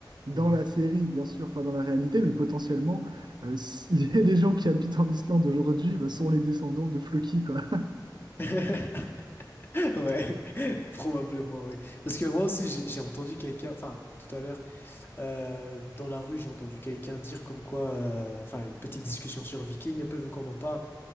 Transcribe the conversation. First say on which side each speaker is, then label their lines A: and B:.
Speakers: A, on the right (about 70°); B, on the left (about 30°).
A: dans
B: Mhm.
A: la série, bien sûr, pas dans la réalité, mais potentiellement, euh, si- <laughs> les les gens qui habitent en Islande aujourd'hui, bah, sont les descendants de Floki, quoi.
B: <laughs> Ouais, <laughs> probablement, oui.
A: <laughs>
B: Parce que moi aussi, j'ai j'ai entendu quelqu'un, enfin, tout à l'heure, euh, dans la rue, j'ai entendu quelqu'un dire comme quoi, euh, enfin, une petite discussion sur Viking, un peu vu qu'on en parle.